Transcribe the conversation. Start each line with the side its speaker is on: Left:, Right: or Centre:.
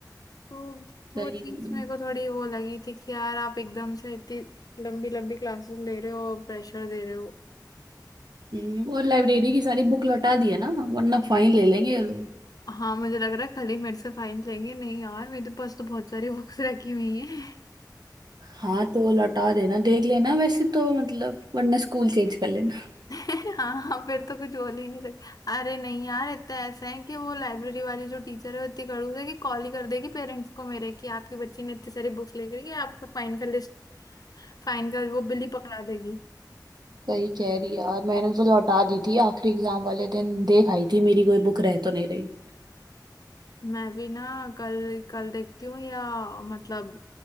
Left: तो वो
Right: सही
Left: चीज
Right: में।
Left: मेरे को थोड़ी वो लगी थी कि यार आप एकदम से इतनी लंबी लंबी क्लासेस ले रहे हो प्रेशर दे रहे हो
Right: हम्म, और लाइब्रेरी की सारी बुक लौटा दी है ना वरना फाइन ले लेंगे ये लोग
Left: हाँ मुझे लग रहा है खाली मेरे से फाइन लेंगे नहीं यार मेरे पास तो बहुत सारी बुक्स रखी हुई है
Right: हाँ तो लौटा देना देख लेना वैसे तो मतलब वरना स्कूल चेंज कर लेना
Left: <laughs> हाँ हाँ फिर तो कुछ बोल ही नहीं सकते अरे नहीं यार इतना ऐसा है कि वो लाइब्रेरी वाली जो टीचर है वो इतनी खड़ूस है कि कॉल ही कर देगी पेरेंट्स को मेरे कि आपके बच्चे ने इतने सारी बुक्स लेकर कि आपका फाइन का लिस्ट फाइन का वो बिल ही पकड़ा देगी
Right: सही कह रही है यार मैंने तो लौटा दी थी आखिरी एग्जाम वाले दिन देख आई थी मेरी कोई बुक रह तो नहीं रही
Left: मैं भी ना कल कल देखती हूँ या मतलब